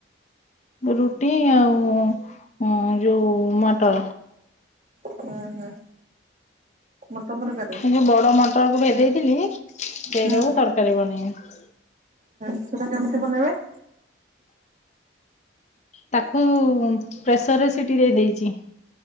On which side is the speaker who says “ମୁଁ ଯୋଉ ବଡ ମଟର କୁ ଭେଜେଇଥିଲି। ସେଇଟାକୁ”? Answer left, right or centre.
Left